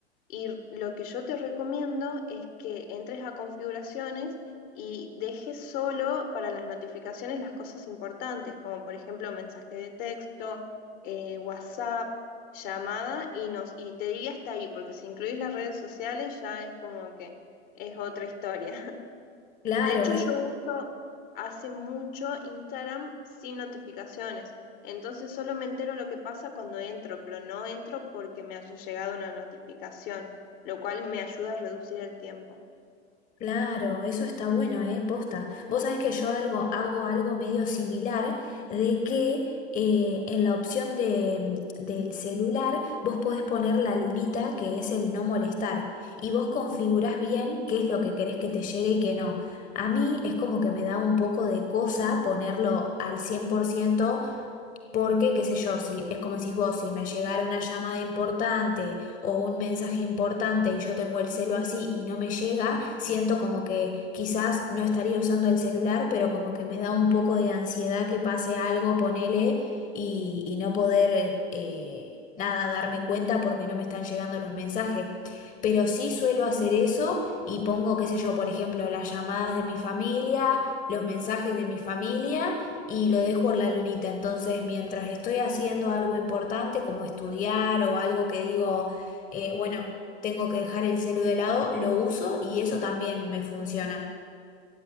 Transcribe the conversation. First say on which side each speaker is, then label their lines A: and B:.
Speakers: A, on the left; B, on the left.
A: Y lo que yo te recomiendo es que entres a configuraciones y dejes solo para las notificaciones las cosas importantes, como por ejemplo mensaje de texto, eh, WhatsApp, llamada y, nos, y te diría hasta ahí, porque si incluís las redes sociales ya es como que es otra historia.
B: Claro,
A: De hecho,
B: es
A: yo uso hace mucho Instagram sin notificaciones. Entonces solo me entero lo que pasa cuando entro, pero no entro porque me haya llegado una notificación, lo cual me ayuda a reducir el tiempo.
B: Claro, eso está bueno, ¿eh? Posta. Vos sabés que yo algo, hago algo medio similar de que eh, en la opción de, mm, del celular vos podés poner la lunita que es el no molestar y vos configurás bien qué es lo que querés que te llegue y qué no. A mí es como que me da un poco de cosa ponerlo al 100%. Porque, qué sé yo, si es como decís vos, si me llegara una llamada importante o un mensaje importante y yo tengo el celo así y no me llega, siento como que quizás no estaría usando el celular, pero como que me da un poco de ansiedad que pase algo, ponele, y, y no poder eh, nada darme cuenta porque no me están llegando los mensajes. Pero sí suelo hacer eso y pongo, qué sé yo, por ejemplo, las llamadas de mi familia, los mensajes de mi familia y lo dejo en la lunita. Entonces, mientras estoy haciendo algo importante como estudiar o algo que digo, eh, bueno, tengo que dejar el celu de lado, lo uso y eso también me funciona.